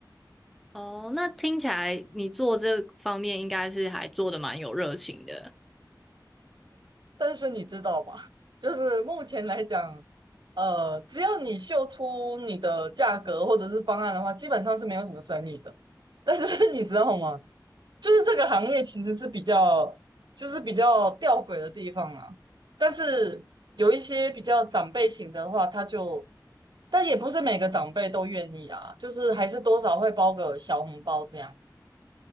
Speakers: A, in the centre; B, on the right.
A: 哦，那听起来你做这方面应该是还做的蛮有热情的
B: 但是你知道吧，就是目前来讲，呃，只要你秀出你的价格或者是方案的话，基本上是没有什么生意的。<laughs> 但是你知道吗？就是这个行业其实是比较，就是比较吊诡的地方啊。但是有一些比较长辈型的话，他就，但也不是每个长辈都愿意啊，就是还是多少会包个小红包这样，